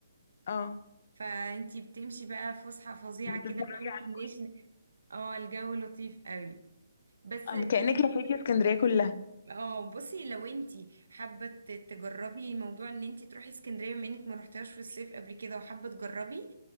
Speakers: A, on the left; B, on the right.
A: اه
B: فانتي بتمشي بقى فسحة فظيعة
A: بتتفرجي
B: كده من اول
A: على
B: كومبينيشن اه الجو لطيف قوي بس
A: أم- كأنك لفيتي اسكندرية كلها
B: اه بصي لو انتي حابة ت- تجربي موضوع ان انتي تروحي اسكندرية بما انك ما رحتهاش في الصيف قبل كده وحابة تجربي